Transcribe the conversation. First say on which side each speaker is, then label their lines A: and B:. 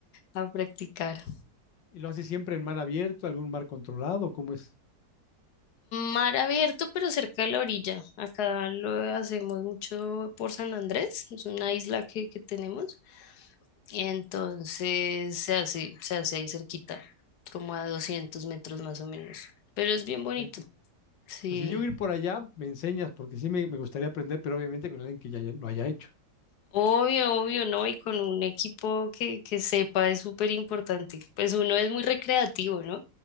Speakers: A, on the left; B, on the left.
A: a practicar.
B: ¿Y lo haces siempre en mar abierto, algún mar controlado? ¿Cómo es?
A: Mar abierto, pero cerca de la orilla. Acá lo hacemos mucho por San Andrés, es una isla que, que tenemos. Entonces se hace, se hace ahí cerquita, como a 200 metros más o menos. Pero es bien
B: Perfecto.
A: bonito, sí.
B: Pues si yo ir por allá, me enseñas, porque sí me, me gustaría aprender, pero obviamente con alguien que ya haya- lo haya hecho.
A: Obvio, obvio, ¿no? Y con un equipo que, que sepa es súper importante. Pues uno es muy recreativo, ¿no?